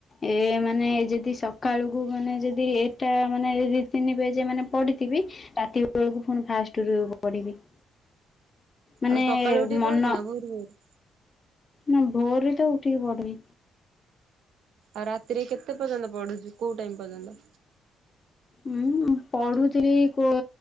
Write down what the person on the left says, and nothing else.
ଏ ମାନେ ଯଦି ସକାଳୁ କୁ ମାନେ ଯଦି ଏଟା ମାନେ ଦି ତିନି ପେଜେ ମାନେ ପଡ଼ିଥିବି ରାତି ବେଳକୁ ପୁଣି ଫାଷ୍ଟରୁ ପଢିବି। ମାନେ
ମନ
ନା ଭୋର ରୁ ତ ଉଠିକି ପଡୁନି।
ହୁଁ ମୁଁ ପଢୁଥିଲି କୋ